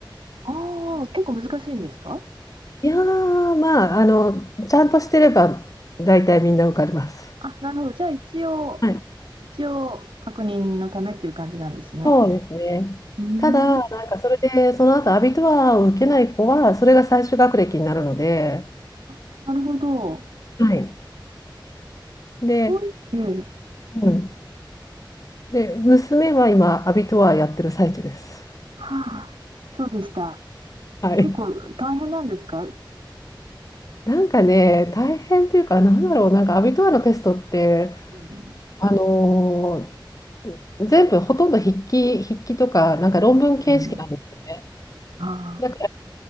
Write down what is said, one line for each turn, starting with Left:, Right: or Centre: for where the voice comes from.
Right: ああ、結構難しいんですか
Left: いやー、まあ、あの、ちゃんとしてれば、大体みんな受かります。
Right: あ、なるほど。じゃあ一応、
Left: はい
Right: 一応確認のためっていう感じなんですね。
Left: そうですね。
Right: うーん、
Left: ただ、なんかそれで、その後アビトワーを受けない子は、それが最終学歴になるので、
Right: あなるほど。
Left: はい。で、
Right: そういええ
Left: うん。で、娘は今、アビトワーやってる最中です。
Right: はあ、そうでした。
Left: はい。
Right: 結構大変なんですかう
Left: なんかね、大変っていうか、なんだろう、なんかアビトワーのテストって、
Right: ん、
Left: あのー全部ほとんど筆記、筆記とか、なんか論文形式なんですよね。
Right: うん、ああ。
Left: だか